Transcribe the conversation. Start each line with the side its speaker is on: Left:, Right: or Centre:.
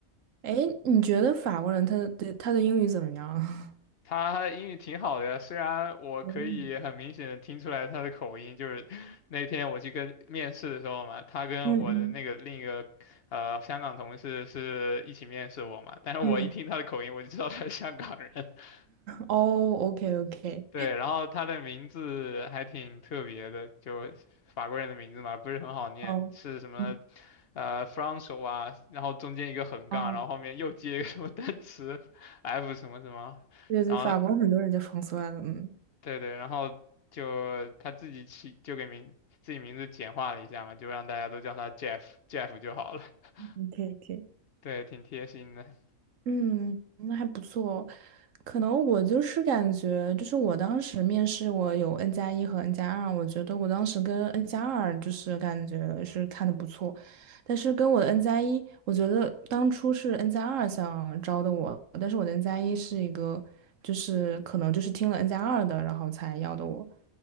Right: 哎，你觉得法国人他的他的英语怎么样？<laughs>
Left: 他英语挺好的呀，虽然我可以很明显的听出来他的口音，
Right: 嗯
Left: 就是 <laughs> 那天我去跟面试的时候嘛，他跟我的那个另一个呃香港同事是一起面试我嘛，
Right: 嗯嗯，
Left: 但是我一听他的口音，
Right: 嗯
Left: 我就知道他是香港人。<laughs>
Right: 哦，OK OK，
Left: 对，然后他的名字还挺特别的，就法国人的名字嘛，不是很好念，
Right: 哦，
Left: 是什么
Right: 嗯
Left: 呃 f r a n ç o 啊然后中间一个横杠，
Right: 哦，
Left: 然后后面又接一个什么单词 <laughs> F 什么什么，
Right: 对对，
Left: 然后
Right: 法国很多人叫 f r a n 嗯
Left: 对对，然后就他自己起就给名自己名字简化了一下嘛，就让大家都叫他 Jeff，Jeff 就好了。<laughs>
Right: ，OK OK。
Left: 对，挺贴心的。
Right: 嗯，那还不错。可能我就是感觉，就是我当时面试，我有 N 加一和 N 加二，我觉得我当时跟 N 加二就是感觉是看的不错，但是跟我的 N 加一，我觉得当初是 N 加二想招的我，但是我的 N 加一是一个，就是可能就是听了 N 加二的，然后才要的我，